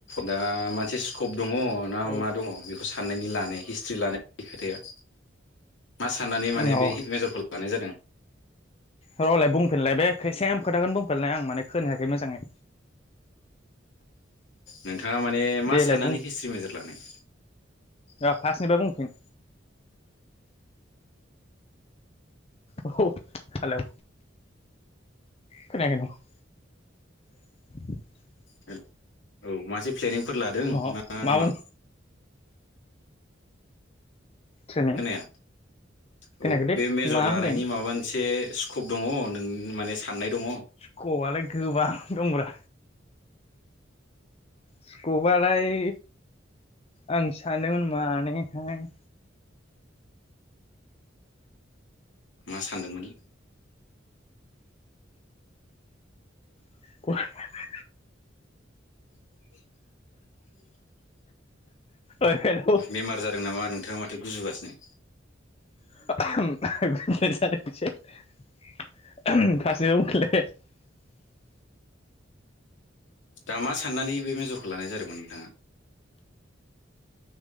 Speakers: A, on the left (about 75°); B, on the left (about 30°).
A: दा मोनसे स्किप दङ ना
B: औ
A: मा दङ? साननायनि लानाय हिस्ट्रि लानायनि खोथाया? मा साननानै
B: अ
A: माने बे हिट मेजरखौ लानाय जादों।
B: रलाय बुंफिनलाय बे सेम खोथाखौनो बुंफिननाय आं माने खोनायाखै मोजाङै।
A: नोंथां माने मा
B: देलाय
A: साननानै हिस्ट्रि मेजर लानाय?
B: औ फार्स्टनिफाय बुंफिन। औ हेलौ खोनायाखै नामा? <inaudible>
A: हेलौ औ मासे प्लेनिंफोर लादों
B: अ
A: ना मा?
B: बुं ट्रेनिं
A: खोनाया
B: खोनायाखैलै
A: औ बे मेजर
B: मा
A: लानायनि
B: होनदों
A: माबा मोनसे स्कप दङ नों माने साननाय दङ
B: स्खबालाय गोबां दंब्रा स्खबालाय आं सानोमोन मानेहाय
A: मा सानदोंमोन।
B: <unintelligible>
A: <inaudible>
B: ओइ हेलौ
A: बेमार जादों नामा नोंथाङा माथो गुजुगासिनो।
B: <unintelligible> गुजुनाय जादों एसे। फारसेनिफ्राय
A: अ
B: बुंफिनलाय।
A: दा मा साननानै बे मेजरखौ लानाय जादोंमोन नोंथाङा।